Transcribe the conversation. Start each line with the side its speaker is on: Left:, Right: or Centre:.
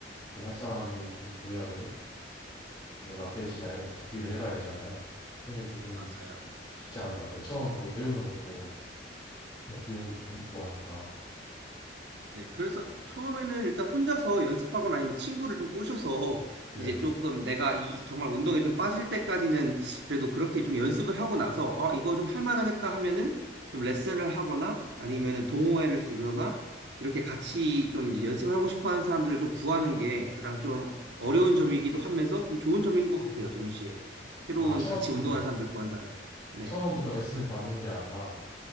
Left: 또 할 사람도 좀 구해야 되고, 뭐 라켓이나 이런 것도 구비를 해가야 되잖아요. 그런 게 조금
Right: 맞아요.
Left: 쉽지 않을 것 같아요. 처음 또 배우는 것도 뭐 비용이 조금 있고 하니까.
Right: 네, 그래서 처음에는 일단 혼자서 연습하거나 아니면 친구를 좀 꼬셔서 <laughs>
Left: 네.
Right: 이제 조금 내가 이 정말 운동에 좀 빠질 때까지는 그래도 그렇게 좀 연습을 하고 나서 아, 이거 좀 할만하겠다 하면은 좀 레슨을 하거나 아니면은 동호회를 주거나 이렇게 같이 좀 이제 연습을 하고 싶어 하는 사람들을 좀 구하는 게 가장 좀 어려운 점이기도 하면서 좀 좋은 점인 것 같아요, 동시에. 새로운
Left: 아, 처음,
Right: 같이 운동하는
Left: 네.
Right: 사람들 구한다는 게. 네.
Left: 처음부터 레슨을 받는 게 아니라